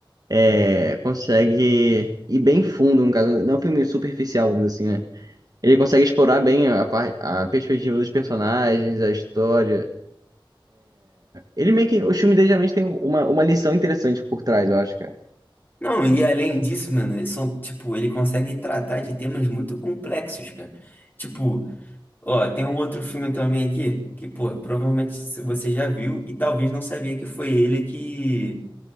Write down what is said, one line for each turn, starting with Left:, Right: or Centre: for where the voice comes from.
Right: é, consegue ir bem fundo, no caso, não é um filme superficial, vamos dizer assim, né? Ele consegue explorar bem a, par- a perspectiva dos personagens, a história. Ele meio que. Os filmes dele geralmente têm uma, uma lição interessante por trás, eu acho, cara.
Left: Não, e além disso, mano, eles são, tipo, ele consegue tratar de temas muito complexos, cara. Tipo, ó, tem um outro filme também aqui que, pô, provavelmente você já viu e talvez não sabia que foi ele que,